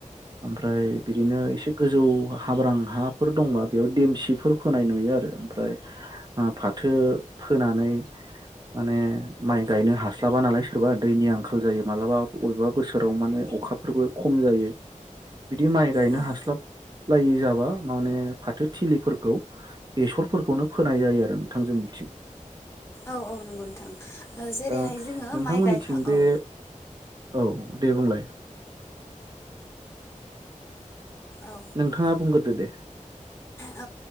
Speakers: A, on the right (about 35°); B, on the left (about 20°).
A: ओमफ्राय बिदिनो इसे गोजौ हाब्रां हाफोर दंबा बेयाव देमसिफोर फोनाय नुयो आरो ओमफ्राय ओ फाथ थो फोनानै माने माइ गायनो हास्लाबा नालाय सोरबा दैनि आंखाल जायो मालाबा बबेबा बोसोराव माने अखाफोरबो खम जायो बिदि माइ गायनो
B: औ
A: हास्लाबलायै जाबा माने फाथोथिलिफोरखौ बेसरफोरखौनो फोनाय जायो आरो नोंथां जोंनिथिं।
B: औ औ नंगौ नोंथां जेरैहाय
A: दा
B: जोङो
A: नोंथांमोननिथिं
B: माइ गायखां
A: बे
B: औ।
A: औ दे बुंलाय।
B: औ
A: नोंथाङा बुंग्रोदो दे।
B: औ